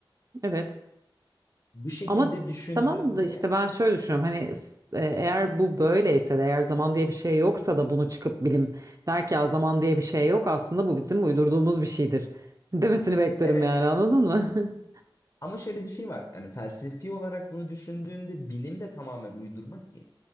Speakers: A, on the right; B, on the left.
A: Evet.
B: Bu şekilde
A: Ama
B: düşündüğünde
A: tamam da işte ben şöyle düşünüyorum hani s- e, eğer bu böyleyse de eğer zaman diye bir şey yoksa da bunu çıkıp bilim der ki ya zaman diye bir şey yok aslında bu bizim uydurduğumuz bir şeydir <laughs> demesini beklerim
B: evet
A: yani anladın mı? <laughs>
B: Ama şöyle bir şey var. Yani felsefi olarak bunu düşündüğünde bilim de tamamen uydurma ki.